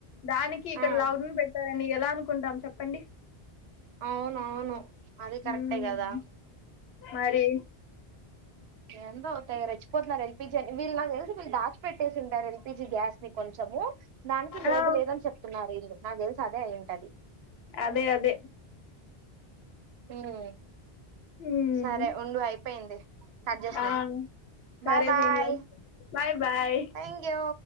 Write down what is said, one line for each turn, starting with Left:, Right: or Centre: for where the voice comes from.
Left: దానికి ఇక్కడ
Right: ఆ
Left: లాక్ డౌన్ పెట్టాలని ఎలా అను కుంటాం చెప్పండి
Right: అవును అవును అది కరెక్టే
Left: ఉమ్,
Right: కదా
Left: మరి
Right: ఎందొ తగరచ్చి <inaudible> పోతున్నారు ఎల్పిి జన్ వ <unintelligible> ల్ వీళ్ళు దాచి పెట్టేసింటారు ఎల్పిజి గ్యాస్ ని కొంచెము దానికి లేదు
Left: ఆ
Right: లేదని చెప్తున్నారు వీళ్ళు నాకు తెలుసు అదే అయి పది
Left: అదే అదే
Right: పొర్
Left: ఉమ్
Right: సరే ఉండు అయిపోయింది స్టార్ట్ చేసినబాయ్
Left: ఆ సరే
Right: bye
Left: senior bye bye
Right: thank you